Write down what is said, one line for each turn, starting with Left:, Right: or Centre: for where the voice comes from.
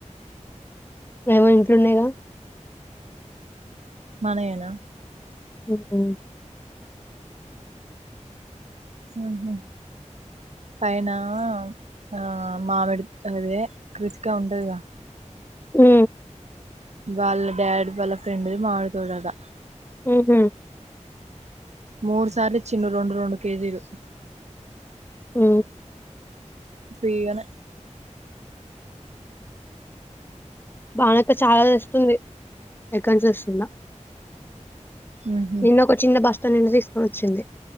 Left: ఏమో ఇంట్లోనే గ
Right: మనవేనా
Left: ఓహో
Right: హ పైన ఆ మామిడి అదే కృతికా ఉంటదిగా
Left: అ
Right: వాళ్ళ డాడ్ వాళ్ళ ఫ్రెండ్లు మామిడి తోడగా
Left: హహ
Right: మూడు సార్లు ఇ చిిన్న రెండు రెండు కేజీలు
Left: అ
Right: ఫ్రీగానే
Left: బానక చాలా ఇస్తుంది ఎక్కన్ంచి వస్తుందా
Right: ఉహు
Left: నిన్న ఒక చిన్న భాష్ తను నిన్ను తీసుకుొని వచ్చింది